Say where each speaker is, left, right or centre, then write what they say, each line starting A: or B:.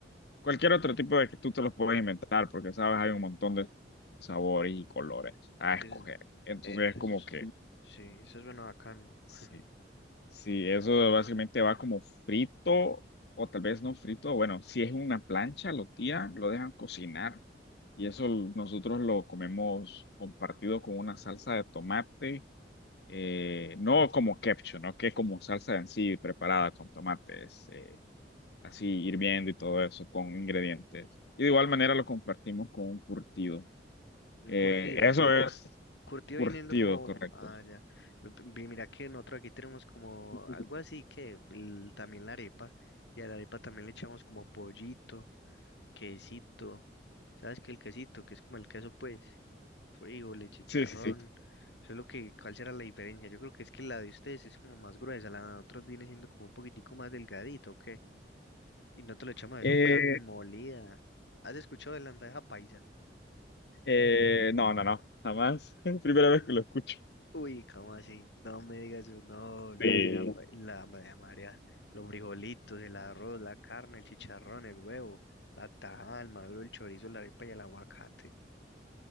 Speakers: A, on the left; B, on the left.
A: cualquier otro tipo de que tú te los puedes inventar porque sabes hay un montón de sabores y colores a escoger.
B: Es,
A: Entonces
B: es,
A: es
B: eso
A: como
B: es-
A: que
B: sí, eso es bueno bacano.
A: Sí.
B: <laughs>
A: Sí, eso básicamente va como frito o tal vez no frito. Bueno, si es una plancha, lo tiran, lo dejan cocinar y eso l- nosotros lo comemos compartido con una salsa de tomate, eh, no como ketchup, ¿no? Que es como salsa en sí preparada con tomates, eh, así hirviendo y todo eso con ingredientes. Y de igual manera lo compartimos con un curtido.
B: Un
A: Eh,
B: curtido.
A: eso es
B: Curtido
A: curtido,
B: viniendo como,
A: correcto.
B: ah, ya. P- p- Mira que nosotros aquí tenemos como
A: <laughs>
B: algo así que el- también la arepa, y a la arepa también le echamos como pollito, quesito. ¿Sabes qué? El quesito, que es como el queso, pues. frijoles, chicharrón.
A: Sí, sí, sí.
B: Solo que, ¿cuál será la diferencia? Yo creo que es que la de ustedes es como más gruesa, la de nosotros viene siendo como un poquitico más delgadito, ¿ok? Y no te lo echamos a
A: Eh,
B: eso carne molida. ¿Has escuchado de la bandeja paisa?
A: Eh, no, no, no, jamás. <laughs> Es la Primera vez que lo escucho.
B: Uy, ¿cómo así? No me digas eso, no, la
A: Sí.
B: bandeja paisa, la bandeja María, los frijolitos, el arroz, la carne, el chicharrón, el huevo, la tajada, el maduro, el chorizo, la arepa y el aguacate.